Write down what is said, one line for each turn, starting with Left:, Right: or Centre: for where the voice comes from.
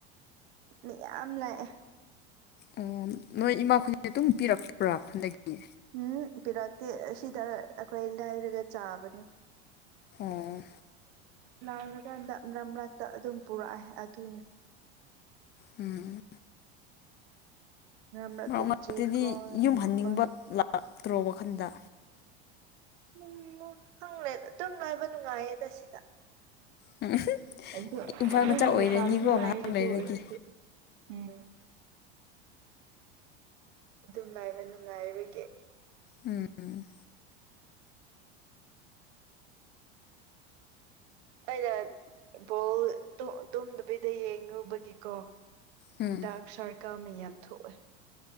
Right: ꯃꯌꯥꯝ ꯂꯥꯛꯑꯦ꯫
Left: ꯑꯣ ꯅꯣꯏ ꯏꯃꯥꯈꫭꯏꯗꯤ ꯑꯗꯨꯝ ꯄꯤꯔꯛꯄ꯭ꯔꯥ ꯈꯨꯟꯗꯒꯤ꯫
Right: ꯎꯝ ꯄꯤꯔꯛꯇꯦ ꯑꯁꯤꯗ ꯑꯩꯈꯣꯏ ꯂꯥꯏꯔꯒ ꯆꯥꯕꯅꯦ꯫
Left: ꯑꫭꯡ
Right: ꯂꯥꯔꯀꯥꯟꯗ ꯃꯔ꯭ꯛ ꯃꯔ꯭ꯛꯇ ꯑꯗꯨꯝ ꯄꯨꯔꯛꯑꯦ ꯑꯗꯨꯅꯤ꯫
Left: ꯎꯝ
Right: ꯃꯔꯛꯇ
Left: ꯃꯔꯛ ꯃꯔꯛꯇꯗꯤ
Right: ꯏꯆꯦ ꯀꯣ
Left: ꯌꯨꯝ
Right: ꯃꯈꯣꯏ
Left: ꯍꯟꯅꯤꯡꯕ ꯂꯥꯛꯇ꯭ꯔꯣ ꯋꯥꯈꯟꯗ꯫
Right: ꯎꯝ ꯍꯪꯪꯂꯦ ꯑꯗꯨꯝ ꯂꯥꯏꯕ ꯅꯨꯡꯉꯥꯏꯌꯦꯗ ꯁꯤꯗ꯫
Left: ꯎꯝ
Right: ꯑꯗꯨ
Left: ꯏꯝꯐꯥꯜ
Right: ꯑꯗꯨꯒꯤ
Left: ꯃꯆꯥ ꯑꯣꯏꯔꯅꯤꯀꯣ
Right: ꯃꯇꯥꯡꯁꯨ ꯂꯥꯏꯌꯦ
Left: ꯉꯥꯏꯍꯥꯛ ꯂꯩꯔꯗꯤ
Right: ꯗꯨꯑꯣꯏꯔꯁꯨ ꯎꯝ ꯑꯗꯨꯝ ꯂꯥꯏꯕ ꯅꯨꯡꯉꯥꯏꯕꯒꯤ
Left: ꯎꯝ
Right: ꯑꯩꯅ ꯕꯣꯜ ꯇꯨ ꯇꯨꯝꯗꯕꯤꯗ ꯌꯦꯡꯔꯨꯕꯒꯤ ꯀꯣ
Left: ꯎꯝ
Right: ꯗꯥꯔꯛ ꯁꯔꯀꯜ ꯃꯌꯥꯝ ꯊꯣꯛꯑꯦ꯫